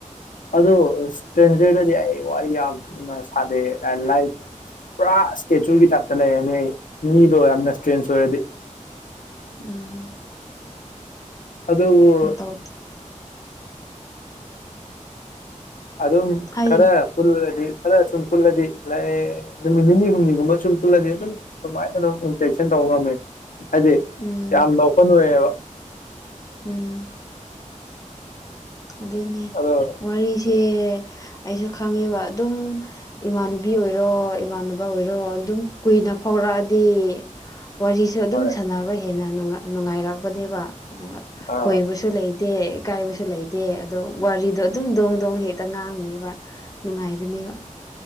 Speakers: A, on the left; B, on the left.
A: ꯑꯗꯣ ꯏꯁꯇ꯭ꯔꯦꯟꯖꯔꯗꯗꯤ ꯑꯩ ꯋꯥꯔꯤ ꯌꯥꯝꯅ ꯁꯥꯗꯦ ꯑꯥꯏ ꯂꯥꯏ ꯄꯨꯔꯥ ꯏꯁꯇꯦꯆꯨꯒꯤ ꯇꯥꯏꯞꯇ ꯂꯩꯔꯅꯤ ꯃꯤꯗꯣ ꯌꯥꯝꯅ ꯏꯁꯇ꯭ꯔꯦꯟꯁ ꯑꯣꯏꯔꯗꯤ
B: ꯎꯝ
A: ꯑꯗꯨꯕꯨ
B: ꯃꯇꯧ
A: ꯑꯗꯨꯝ
B: ꯍꯥꯏꯌꯨ
A: ꯈꯔ ꯄꯨꯜꯂꯗꯤ ꯈꯔ ꯁꯨꯝ ꯄꯨꯜꯂꯗꯤ ꯂꯥꯛꯑꯦ ꯅꯨꯃꯤꯠ ꯅꯤꯅꯤ ꯍꯨꯝꯅꯤꯒꯨꯝꯕ ꯁꯨꯝ ꯄꯨꯜꯂꯗꯤ ꯑꯗꯨꯝ ꯁꯨꯃꯥꯏꯅ ꯑꯗꯨꯝ ꯏꯟꯇꯦꯛꯁꯟ ꯇꯧꯕ ꯉꯝꯃꯦ ꯍꯥꯏꯗꯤ
B: ꯎꯝ
A: ꯌꯥꯝꯅ ꯑꯣꯛꯄ ꯎꯔꯦꯕ
B: ꯎꯝ ꯑꯗꯨꯅꯤ
A: ꯑꯗꯣ
B: ꯋꯥꯔꯤꯁꯦ ꯑꯩꯁꯨ ꯈꯪꯉꯤꯕ ꯑꯗꯨꯝ ꯏꯃꯥꯟꯅꯕꯤ ꯑꯣꯏꯔꯣ ꯏꯃꯥꯟꯅꯕ ꯑꯣꯏꯔꯣ ꯑꯗꯨꯝ ꯀꯨꯏꯅ ꯐꯥꯎꯔꯛꯑꯗꯤ ꯋꯥꯔꯤꯁꯨ ꯑꯗꯨꯝ
A: ꯍꯣꯏ
B: ꯁꯥꯟꯅꯕ ꯍꯦꯟꯅ ꯅꯨꯉꯥꯏ ꯅꯨꯡꯉꯥꯏꯔꯛꯄꯅꯦꯕ ꯑꯗꯨꯒ
A: ꯑꯥ
B: ꯈꯣꯏꯕꯁꯨ ꯂꯩ ꯗꯦ ꯏꯀꯥꯏꯕꯁꯨ ꯂꯩꯇꯦ ꯑꯗꯣ ꯋꯥꯔꯤꯗꯣ ꯑꯗꯨꯝ ꯗꯣꯡ ꯗꯣꯡ ꯍꯦꯛꯇ ꯉꯥꯡꯅꯦꯕ ꯅꯨꯡꯉꯥꯏꯕꯅꯦꯕ